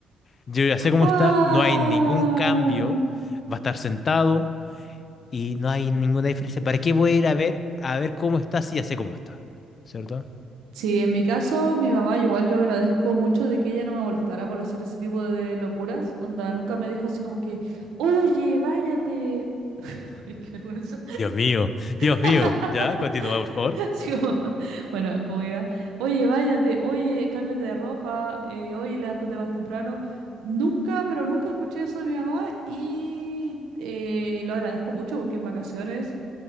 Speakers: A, on the left (about 45°); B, on the right (about 80°).
A: Yo ya sé cómo
B: ¡Guau!
A: está, no hay ningún cambio, va a estar sentado y no hay ninguna diferencia. ¿Para qué voy a ir a ver, a ver cómo está si ya sé cómo está? ¿Cierto?
B: Sí, en mi caso, mi mamá igual yo agradezco mucho de que ella no me molestara por hacer ese tipo de locuras. Onda, nunca me dijo así como que, oye, báñate. <laughs> Uy, qué vergüenza.
A: Dios mío, Dios
B: <laughs>
A: mío. Ya, continúa, por favor.
B: Así como, <laughs> bueno, como iba, oye, báñate, oye, cámbiate de ropa, eh, oye, levántate más temprano. Nunca, pero nunca escuché eso de mi mamá y eh, lo agradezco mucho porque en vacaciones